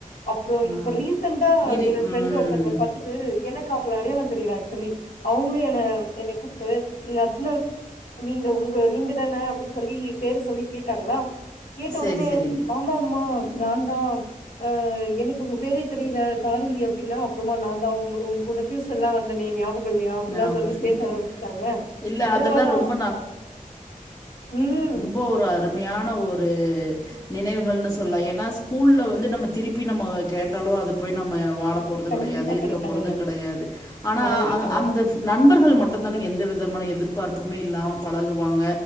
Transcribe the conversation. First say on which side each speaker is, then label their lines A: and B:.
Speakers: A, on the left; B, on the left.
A: அப்றோ இப்ப
B: ஆ
A: ரீசெண்டா
B: இரு
A: என்னோட ஃபிரண்ட்
B: ம்
A: ஒருத்தங்கள பாத்து ம் எனக்கு அவுங்கள அடையாலோ தெரில ஆக்சுவலி அவங்களே என்ன என்னய கூப்டு இங்க அர்ச்சன நீங்க உங்க நீங்க தான அப்டின் சொல்லி பேரு சொல்லி கேட்டாங்களா கேட்ட
B: சேரி
A: ஒடனே
B: சேரிங்க
A: ஆமாமா நா தா ஆ எனக்கு உங்க பேரே தெரில சாரிங்க அப்டின்னா அப்றமா நா தா உ உங்க கூட டியூஷன்லா வந்தனே ஞா பகோ இல்லையா அப்புல்லா
B: ஞாபகம்
A: சொல்லி பேச
B: இருக்கு
A: ஆரம்பிச்சிட்டாங்க
B: இல்ல
A: அப்றமாதா
B: அதெல்லாம் ரொம்ப
A: ம்
B: இப்போ ஒரு அருமையான ஒரு நினைவுகள்னு சொல்லா ஏனா ஸ்கூல்ல வந்து நம்ம திருப்பி நம்ம கேட்டாலோ அது போய் நம்ம வாழ போறது
A: கண்டிப்பா
B: கெடையாது இருக்க
A: கெடைக்காதுங்க.
B: போறது கெடையாது ஆனா
A: கெடையவே கெடையாது.
B: அந்த நண்பர்கள் மட்டுந்தான எந்த விதமான எதிர்பார்ப்புமே இல்லாம பழகுவாங்க